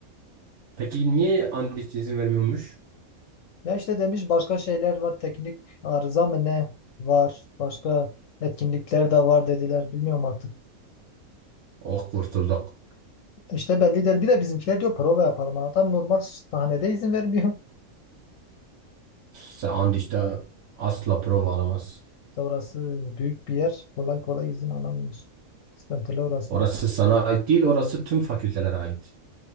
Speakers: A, on the right; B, on the left.
A: Peki niye Andiç izin vermiyormuş?
B: Ya işte demiş başka şeyler var. Teknik arıza mı ne var. Başka etkinlikler de var dediler. Bilmiyorum artık.
A: Oh kurtulduk.
B: İşte belli değil. Bir de bizimkiler diyor prova yapalım. Adam normal sahnede izin vermiyor.
A: Sen Andiç'te asla prova alamaz.
B: İşte Orası büyük bir yer. Kolay kolay izin alamıyoruz. Sıkıntılı orası.
A: Orası sana ait değil, orası tüm fakültelere ait.